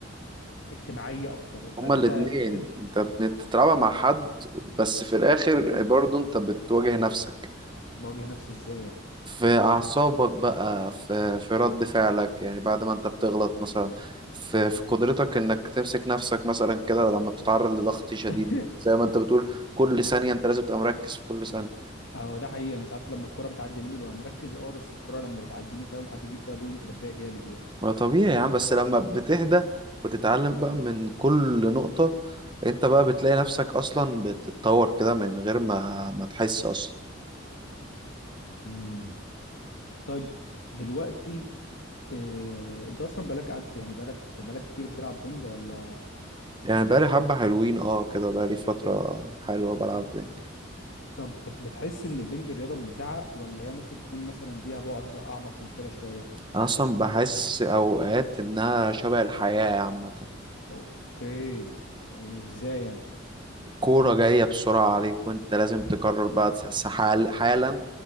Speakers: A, on the left; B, on the right.
A: اجتماعيه اكتر
B: هما
A: فانت
B: الاتنين
A: انت انت
B: انت بتلعبها مع حد بس في الاخر برضه انت بتواجه نفسك
A: بواجه نفسي ازاي يعني
B: في أعصابك بقى في في رد فعلك يعني بعد ما أنت بتغلط مثلا في في قدرتك إنك تمسك نفسك مثلا كده لما بتتعرض لضغط شديد
A: <laughs>
B: زي ما أنت بتقول كل ثانية أنت لازم تبقى مركز في كل ثانية
A: اهو ده حقيقي انا ساعات لما الكرة بتعدي مني ببقى مركز اه بس الكرة لما بتعديني فاهم وحد يجيب فيها بوينت بتضايق جامد يعني
B: ما طبيعي يا عم بس لما بتهدى وتتعلم بقى من كل نقطة أنت بقى بتلاقي نفسك أصلا بتتطور كده من غير ما ما تحس أصلا
A: امم طيب دلوقتي آه، انت اصلا بقالك قعدت يعني بقالك بقالك كتير بتلعب بنج ولا
B: يعني بقالي حبة حلوين اه كده بقالي فترة حلوة بلعب بينج
A: طب بت- بتحس ان البنج رياضة ممتعة ولا هي ممكن تكون مثلا ليها بعد اعمق من كده شوية
B: أنا أصلا بحس أوقات إنها شبه الحياة عامة
A: اوكي ازاي
B: كورة جاية بسرعة عليك وانت لازم تقرر بقى تس- حال- حالا